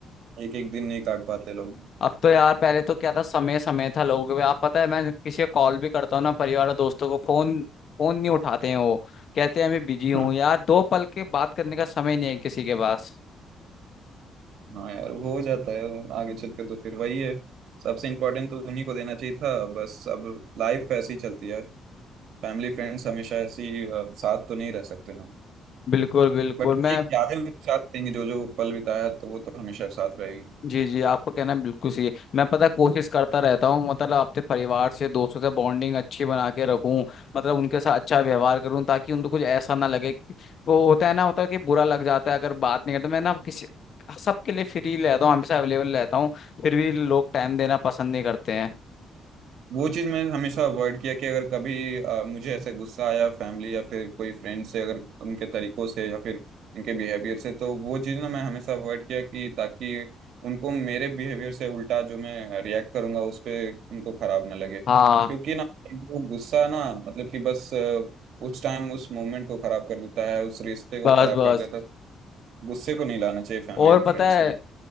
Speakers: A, on the right; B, on the left.
A: एक एक दिन नहीं काट पाते लोग
B: अब तो यार पहले तो क्या था समय समय था लोगों के आप पता है मैं किसी को कॉल भी करता हूँ ना परिवार और दोस्तों को फोन फोन नहीं उठाते हैं वो कहते हैं अभी बिजी
A: <laughs>
B: हूँ यार दो पल के बात करने का समय नहीं है किसी के पास
A: हाँ यार हो जाता है आगे चलकर तो फिर वही है सबसे इम्पोर्टेंट तो उन्हीं को देना चाहिए था बस अब लाइफ ऐसे ही चलती है फैमिली फ्रेंड्स हमेशा ऐसी अ, साथ तो नहीं रह सकते ना
B: बिल्कुल बिल्कुल
A: बट
B: मैं
A: एक यादें उनके साथ रहेंगी जो जो पल बिताया तो वो तो हमेशा साथ रहेगी
B: जी जी आपका कहना बिल्कुल सही है मैं पता है, कोशिश करता रहता हूँ मतलब अपने परिवार से दोस्तों से बॉन्डिंग अच्छी बना के रखूं मतलब उनके साथ अच्छा व्यवहार करूं ताकि उनको कुछ ऐसा ना लगे कि- वो होता है ना होता है कि बुरा लग जाता है अगर बात नहीं करते मैं ना किसी सबके लिए फ्री रहता हूँ हमेशा अवेलेबल रहता हूँ फिर भी लोग टाइम देना पसंद नहीं करते हैं
A: वो चीज़ मैं हमेशा अवॉइड किया कि अगर कभी अ, मुझे ऐसा गुस्सा आया फैमिली या फिर कोई फ्रेंड से अगर उनके तरीकों से या फिर उनके बिहेवियर से तो वो चीज़ ना मैं हमेशा अवॉइड किया कि ताकि उनको मेरे बिहेवियर से उल्टा जो मैं रिएक्ट करूंगा उस पर उनको खराब ना लगे क्योंकि
B: हाँ
A: ना वो गुस्सा ना मतलब कि बस अ, उस टाइम उस मोमेंट को खराब कर देता है उस रिश्ते को
B: बस
A: खराब
B: बस
A: कर देता है गुस्से को नहीं लाना चाहिए फैमिली
B: और
A: एंड
B: पता
A: फ्रेंड्स
B: है
A: में